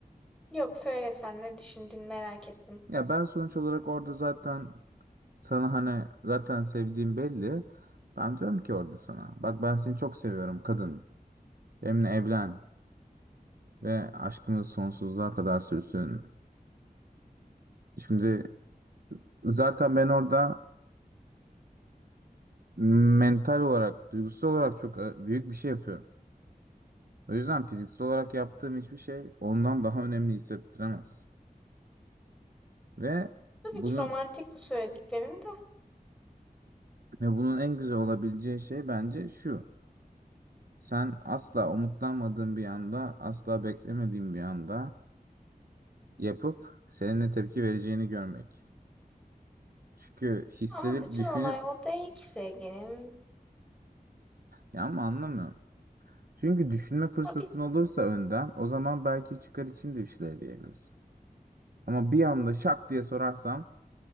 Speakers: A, in the centre; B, on the right.
A: Yok söyle sen ne düşündüğünü merak ettim.
B: Ya ben sonuç olarak orada zaten sana hani zaten sevdiğim belli. Ben diyorum ki orada sana bak ben seni çok seviyorum kadın. Benimle evlen ve aşkımız sonsuzluğa kadar sürsün. Şimdi zaten ben orada mental olarak, duygusal olarak çok e, büyük bir şey yapıyorum. O yüzden fiziksel olarak yaptığım hiçbir şey ondan daha önemli hissettiremez. Ve
A: Tabii
B: bunun
A: ki romantik bu söylediklerim de.
B: ve bunun en güzel olabileceği şey bence şu. Sen asla umutlanmadığın bir anda, asla beklemediğin bir anda yapıp senin ne tepki vereceğini görmek. Çünkü hissedip
A: Ama bütün
B: düşünüp
A: olay o değil ki sevgilim.
B: ya ama anlamıyorum. Çünkü düşünme fırsatın
A: Ha, biz
B: olursa önden o zaman belki çıkar için de bir şeyler diyebilirsin. Ama bir anda şak diye sorarsam